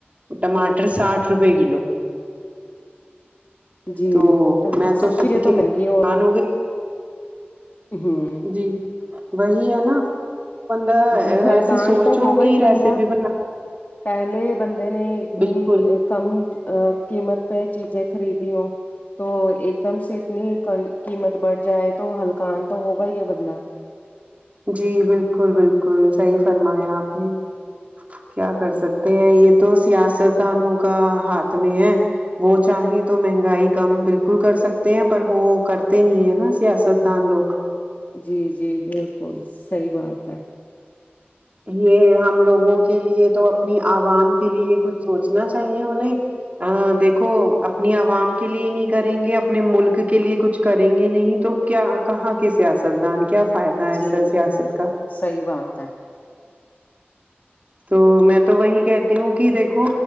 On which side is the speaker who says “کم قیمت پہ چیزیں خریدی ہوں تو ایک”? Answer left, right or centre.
Left